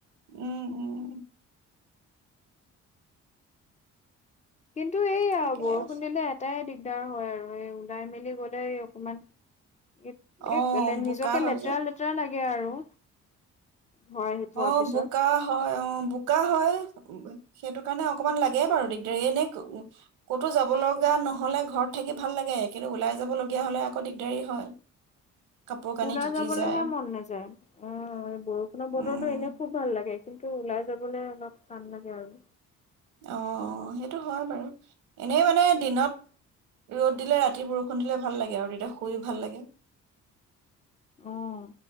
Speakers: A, on the right (about 85°); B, on the left (about 25°).
A: উম, উম,
B: কিন্তু এইয়া
A: ঠিকে
B: বৰষুণ
A: আছে,
B: দিলে এটাই দি দিগদাৰ হয় আৰু এই ওলাই মেলি গ'লেই অকমান <unintelligible>
A: অ', বোকা
B: নিজকে
A: হয়
B: লেতেৰা
A: যে।
B: লেতেৰা লাগ সেয়ে আৰু ঘৰ আহি পোৱাৰ
A: অ
B: পিছত।
A: বোকা হয় অ বোকা হয়। সেইটো কাৰণে অকমান লাগে বাৰু দিগদাৰী এনে ক'তো যাব লগা নহলে ঘৰত থাকি ভাল লাগে কিন্তু ওলাই যাব লগীয়া হলে আকৌ দিগদাৰী হয়। কাপোৰ কানি
B: ওলাই
A: তিতি
B: যাবলৈহে
A: যায়
B: মন নাযায় অ এই বৰষুণ বতৰত। বতৰটো
A: উম
B: এনে খুব ভাল লাগে। লাগে কিন্তু ওলাই যাবলৈ অলপ টান লাগে আৰু
A: অঁ সেইটো হয় বাৰু এনেই মানে দিনত ৰ'দ দিলে ৰাতি বৰষুণ দিলে ভাল লাগে আৰু তেতিয়া শুই ভাল লাগে
B: অ',